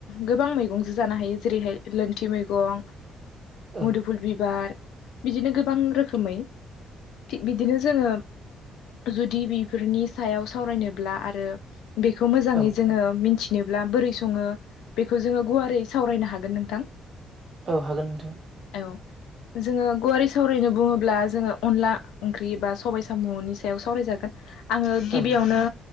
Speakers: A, on the left; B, on the right.
A: गोबां मैगंजो जानो हायो जेरैहाय लोनथि मैगं
B: औ
A: मुदुफुल बिबार बिदिनो गोबां गोबां रोखोमै थिग बिदिनो जोङो जुदि बेफोरनि सायाव सावरायनोब्ला आरो बेखौ मोजाङै
B: औ
A: जोङो मिथि नोब्ला बोरै सङो बेखौ जोङो गुवारै सावरायनो हागोन नोंथां
B: औ हागोन नोंथां
A: औ जोंङो गुवार हिसाबै सावरायनो बुङोब्ला जोङो अनला ओंख्रि बा सबाय साम'नि सायाव सावरायजागोन आङो गिबियावनो
B: औ